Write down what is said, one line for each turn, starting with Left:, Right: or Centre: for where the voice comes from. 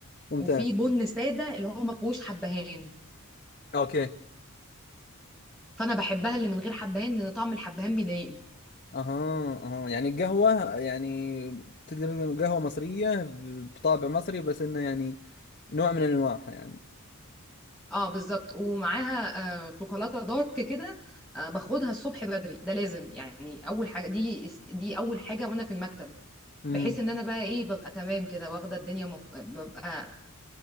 Left: ممتاز
Centre: وفي بن ساده اللي هو ما فيهوش حبهان
Left: اوكي
Centre: فانا بحبها اللي من غير حبهان لان طعم الحبهان بيضايقني
Left: اها اها يعني القهوة يعني تقدر تقول قهوة مصرية ب- بطابع مصري بس انه يعني نوع من انواعها يعني
Centre: اه بالظبط ومعاها آه شوكولاته دارك كده آه باخدها الصبح بدري ده لازم يعني اول حاجه دي دي اول حاجه وانا في المكتب
Left: امم
Centre: بحيث ان انا بقى ايه ببقى تمام كده واخده الدنيا مق... ببقى